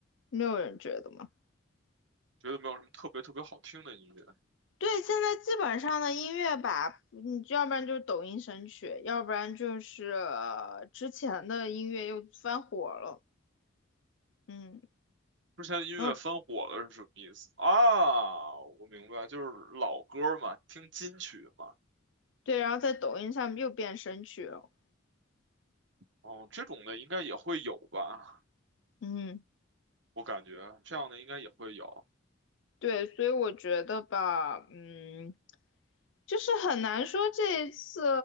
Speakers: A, on the left (about 65°); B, on the right (about 60°).
A: 没有人觉得吗？
B: 觉得没有什么特别特别好听的音乐。
A: 对，现在基本上的音乐吧，你要不然就是抖音神曲，要不然就是呃之前的音乐又翻火了，嗯
B: 之前的音乐翻火了是什么意思啊？
A: 嗯，
B: 我明白，就是老歌嘛，听金曲嘛。
A: 对，然后在抖音上面又变神曲了，
B: 哦，这种的应该也会有吧？
A: 嗯。
B: 我感觉这样的应该也会有。
A: 对，所以我觉得吧，嗯，就是很难说这一次，